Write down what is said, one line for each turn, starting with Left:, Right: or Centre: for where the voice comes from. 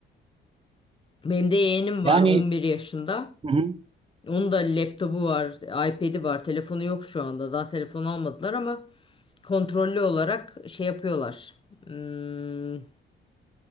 Left: Benim de yeğenim
Right: Yani
Left: var 11 yaşında.
Right: hı hı,
Left: Onun da laptopu var, iPad'i var. Telefonu yok şu anda. Daha telefon almadılar ama kontrollü olarak şey yapıyorlar. Hmm,